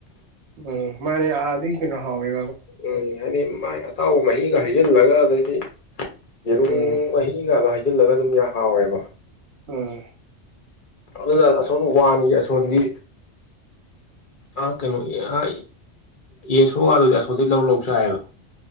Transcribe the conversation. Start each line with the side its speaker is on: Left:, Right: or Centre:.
Right: ꯎꯝ ꯃꯅꯤ ꯑꯗꯤ ꯀꯩꯅꯣ ꯍ ꯏ
Left: ꯎꯝ ꯍꯥꯏꯗꯤ ꯃꯥꯏ ꯑꯇꯥꯎꯕ ꯃꯍꯤꯒ ꯍꯩꯖꯤꯜꯂꯒ ꯑꯗꯩꯗꯤ ꯌꯦꯔꯨꯝ
Right: ꯎꯝ
Left: ꯃꯍꯤꯒꯥꯗꯣ ꯍꯩꯖꯤꯜꯂꯒ ꯑꯗꯨꯝ ꯌꯥꯝ ꯍꯥꯎꯋꯦꯕ
Right: ꯎꯝ
Left: ꯑꯗꯨꯅ ꯑꯁꯣꯟ ꯋꯥꯟꯒꯤ ꯑꯁꯣꯟꯗꯤ ꯑꯥ ꯀꯩꯅꯣ ꯑ ꯑꯦ ꯁꯣꯒꯥꯗꯗꯤ ꯑꯁꯣꯝꯗꯒꯤꯩ ꯂꯧꯔ ꯂꯧ ꯆꯥꯏꯌꯦꯕ